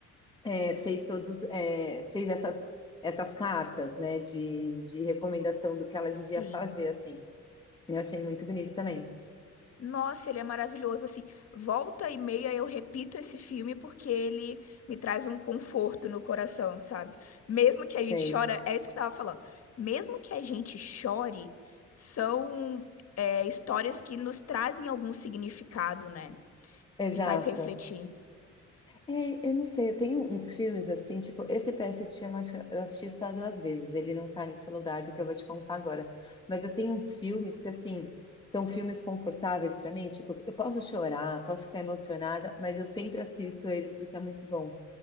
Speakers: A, on the left; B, on the left.
A: é, fez todos, é, fez essas, essas cartas, né, de, de recomendação do que ela
B: sim.
A: devia fazer, assim, eu achei muito bonito também,
B: Nossa, ele é maravilhoso. Assim, volta e meia eu repito esse filme porque ele me traz um conforto no coração, sabe? Mesmo que a
A: sei,
B: gente chora, é isso que você estava falando. Mesmo que a gente chore, são é, histórias que nos trazem algum significado, né?
A: exato.
B: E faz refletir.
A: É, eu não sei, eu tenho uns filmes assim, tipo, esse PS eu te amo, acho que eu assisti só duas vezes, ele não tá nesse lugar do que eu vou te contar agora. Mas eu tenho uns filmes que, assim, são filmes confortáveis pra mim, tipo, eu posso chorar, posso ficar emocionada, mas eu sempre assisto eles porque é muito bom.